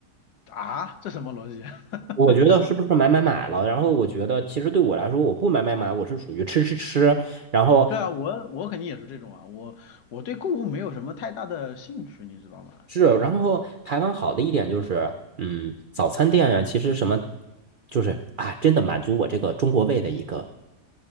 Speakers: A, on the left; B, on the right.
A: 啊，这什么逻辑？<laughs>
B: 我觉得是不是买买买了？然后我觉得其实对我来说，我不买买买，我是属于吃吃吃。然后
A: 对啊，我我肯定也是这种啊，我我对购物没有什么太大的兴趣，你知道吗？
B: 是，然后台湾好的一点就是，嗯，早餐店啊，其实什么就是啊，真的满足我这个中国胃的一个